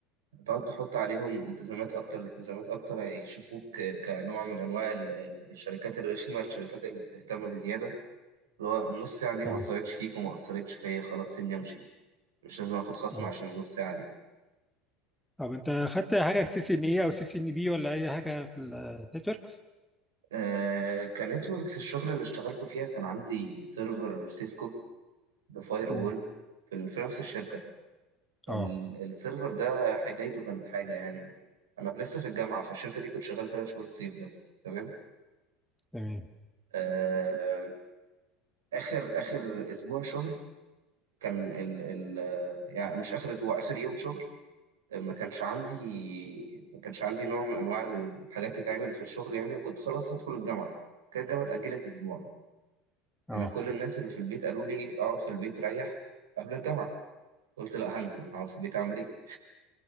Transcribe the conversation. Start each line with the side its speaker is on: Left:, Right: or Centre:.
Right: هتقعد تحط عليهم التزامات أكتر التزامات أكتر هيشوفوك كنوع من أنواع ال- ال- الشركات الرخمة الشركات اللي بتهتم بزيادة اللي هو النص ساعة دي ما
Centre: اه
Right: أثرتش فيك وما أثرتش فيا خلاص سيبني أمشي مش لازم آخد خصم
Centre: اه
Right: عشان النص ساعة دي
Centre: طب انت خدت حاجه سي سي ان اي او سي سي ان بي ولا اي حاجه في النتورك؟
Right: آه كنتوركس الشغل اللي اشتغلته فيها كان عندي سيرفر سيسكو بفاير
Centre: مم.
Right: وول في, ال- في نفس الشركة
Centre: اه
Right: ال- السيرفر ده حكايته كانت حاجة يعني أنا لسه في الجامعة فالشركة دي كنت شغال تلات شهور الصيف بس تمام
Centre: تمام
Right: آه آخر آخر أسبوع شغل كان ال ال آه، يعني مش آخر أسبوع آخر يوم شغل ما كانش عندي ما كانش عندي نوع من انواع الحاجات تتعمل في الشغل يعني وكنت خلاص هدخل الجامعه كانت الجامعه اتاجلت اسبوع
Centre: اه
Right: انا كل الناس اللي في البيت قالوا لي اقعد في البيت ريح قبل الجامعه قلت لا هنزل هقعد في البيت اعمل ايه